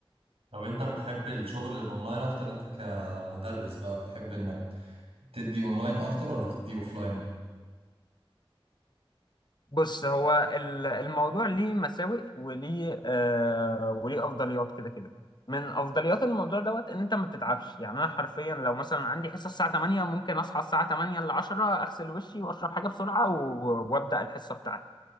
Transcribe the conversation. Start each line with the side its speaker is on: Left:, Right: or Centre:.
Right: طب انت بتحب الشغل الاونلاين اكتر انت كمدرس بقى بتحب انك تدي اونلاين اكتر ولا تدي اوفلاين
Left: بص هو ال- الموضوع ليه مساوئ وليه آه وليه افضليات كده كده من افضليات الموضوع دوت ان انت ما بتتعبش يعني انا حرفيا لو مثلا عندي حصه الساعه 8 ممكن اصحى الساعه 8 ل 10 اغسل وشي واشرب حاجه بسرعه و- وابدا الحصه بتاعتي